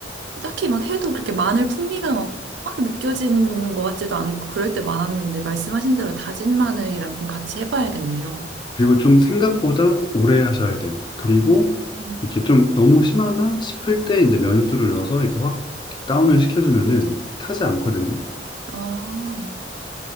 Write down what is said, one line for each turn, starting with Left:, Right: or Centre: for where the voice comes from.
Right: 딱히 막 해도 그렇게 마늘 풍미가 막, 막 느껴지는 것 같지도 않고 그럴 때 많았는데 말씀하신 대로 다진 마늘이랑 좀 같이 해봐야겠네요.
Left: 그리고 좀 생각보다 오래 하셔야 돼요. 그리고
Right: 음.
Left: 이렇게 좀 너무 심하나 싶을 때 이제 면수를 넣어서 이렇게 확 다운을 시켜주면은 타지 않거든요.
Right: 아, 어,